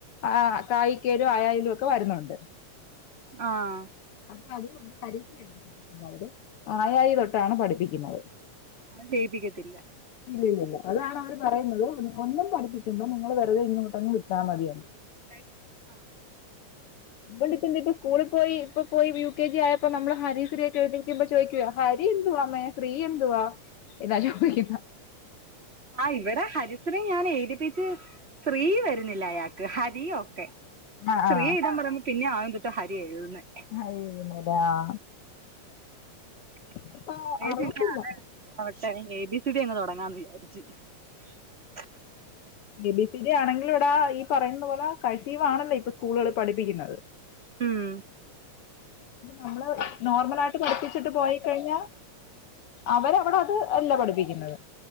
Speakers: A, on the left (about 75°); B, on the right (about 30°).
A: ആഹ് കായിക്കെലും ആയയിലും ഒക്കെ വരുന്നുണ്ട്.
B: ആഹ്.
A: അപ്പൊ <unintelligible> തായ ത് ആയായി തൊട്ടാണ് പഠിപ്പിക്കുന്നത്.
B: അവൻ ജെയ്പികതില്ല.
A: ഇല്ലല്ലല്ല അതാണ് അവര് പറയുന്നത് ഒന്നും പഠിപ്പിക്കണ്ട നിങ്ങള് വെറുതെ ഇങ്ങോട്ടങ്ങ് വിട്ടാമതിയെന്ന്.
B: <unintelligible> ആഹ്.
A: ബണ്ടിപ്പോ ഇപ്പോ സ്കൂളി പോയി ഇപ്പ പോയി യു കെ ജി ആയപ്പോ നമ്മള് ഹരീശ്രീയൊക്കെ എഴുതിക്കുമ്പോ ചോദിക്കുവാ. ഹരി എന്തുവാമ്മേ ശ്രീഎന്തുവാ എന്നാ ചോദിക്കുന്നെ.
B: ആ ഇവിടെ ഹരിസ്രി ഞാൻ ഏതിപ്പിച്ച്. ശ്രീവരുന്നില്ല അയാൾക്ക് ഹരി ഒക്കെ.
A: ആഹ്
B: ശ്രീ
A: ആഹ്
B: എഴുതാൻ പറയുമ്പോ പിന്നെ ആദ്യം തൊട്ട് ഹരി എഴുതുന്നേ.
A: <unintelligible>
B: <unintelligible>
A: അവർക്കിപ്പ അറിയത്തില്ല
B: ആവട്ടെ എ ബി സി ഡി അങ്ങ് തുടങ്ങാന്ന് വിചാരിച്ച്. <inaudible>
A: എ ബി സി ഡി ആണെങ്കിലും എടാ ഈ പറയുന്ന പോലെ <unintelligible> ആണല്ലോ ഇപ്പ സ്കൂളുകളിൽ പഠിപ്പിക്കുന്നത്.
B: ഉം.
A: നമ്മള് നോർമലായിട്ട് പഠിപ്പിച്ചിട്ട് പോയിക്കഴിഞ്ഞാ അവരവിടെ അത് അല്ല പഠിപ്പിക്കുന്നത്.